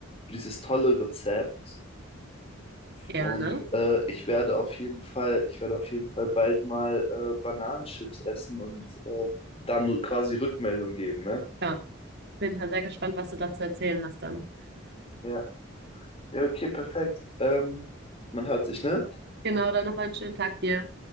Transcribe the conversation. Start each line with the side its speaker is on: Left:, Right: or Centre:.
Left: für dieses tolle Rezept.
Right: Gerne.
Left: Und äh, ich werde auf jeden Fall, ich werde auf jeden Fall bald mal äh, Bananenchips essen und äh, dann quasi Rückmeldung geben, ne?
Right: Ja, bin ich mal sehr gespannt, was du da zu erzählen hast dann.
Left: Ja. Ja, okay, perfekt. Ähm, man hört sich, ne?
Right: Genau, dann noch einen schönen Tag dir.